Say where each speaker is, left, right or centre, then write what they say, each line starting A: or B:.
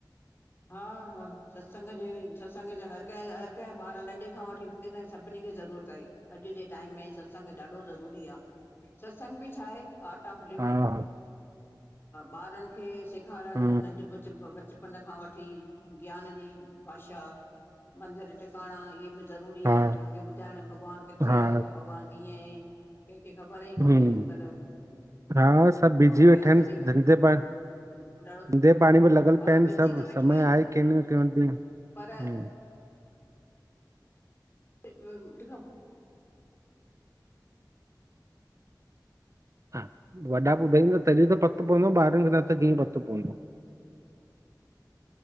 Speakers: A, on the left; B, on the right.
A: हा हा ससंग जे ससंग जे हरि कंहिं हरि कंहिं ॿार नंढे खां वठी वॾे तांई सभी खे ज़रूरत आहे। अॼु जे टाइम में सत्संग ॾाढो ज़रूरी आ, सत्संग बि छा आहे आर्ट ऑफ
B: हा
A: लिविंग। ॿारनि खे सेखारणु
B: हा
A: नंढ बच बचप पन खां वठी ज्ञान जी भाषा मंदिरु टिकाणा इहे बि ज़रूरी
B: हा
A: आहिनि हुननि खे ॿुधाइण भॻवानु किथे
B: हा
A: आ, भॻवानु कीअं आ। कंहिंखे ख़बर ई कोन्हे
B: हम्म,
A: अॼुकल्ह।
B: हा सभु बीजी
A: ऐं
B: वेठा
A: हेल्थ
B: आहिनि
A: जे
B: धंधे पाणी
A: पुठियां ॾाढो
B: धंधे पाणी में लॻल
A: हा
B: पिया आहिनि
A: बिज़ी
B: सभु
A: त वेठा
B: समय
A: आहिनि
B: आहे कंहिं न कंहिं वटु।
A: पर <unintelligible>
B: हा वॾा ॿुधाईंदा तॾहिं त पतो पवंदो ॿारनि खे न त कीअं पतो पवंदो।